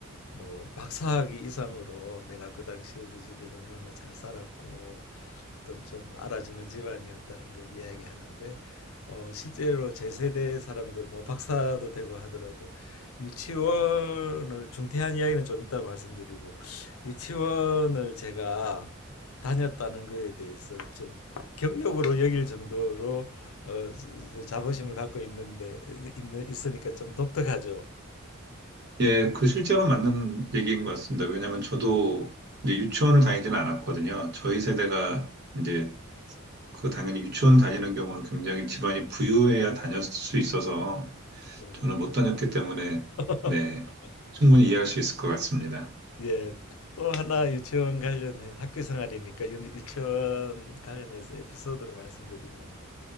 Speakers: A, on the left; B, on the right.
A: 뭐 박사학위 이상으로 내가 그 당시 우리 집이 얼마나 잘 살았고 어떤 좀 알아주는 집안이었다는 걸 이야기하는데 어 실제로 제 세대 사람들 뭐 박사도 되고 하더라도 유치원을 중퇴한 이야기는 좀 이따 말씀드리고 유치원을 제가 다녔다는 거에 대해서 좀 경력으로 여길 정도로 어, 자부심을 갖고 있는데 있는 있으니까 좀 독특하죠.
B: 예, 그 실제로 맞는 얘기인 것 같습니다. 왜냐하면 저도 이제 유치원을 다니지는 않았거든요. 저희 세대가 이제 그 당연히 유치원 다니는 경우는 굉장히 집안이 부유해야 다녔을 수 있어서
A: 음.
B: 저는 못 다녔기 때문에
A: <laughs>
B: 네, 충분히 이해할 수 있을 것 같습니다.
A: 예, 또 하나 유치원 관련해 학교 생활이니까 유- 유치원 관련해서 에피소드를 말씀드리면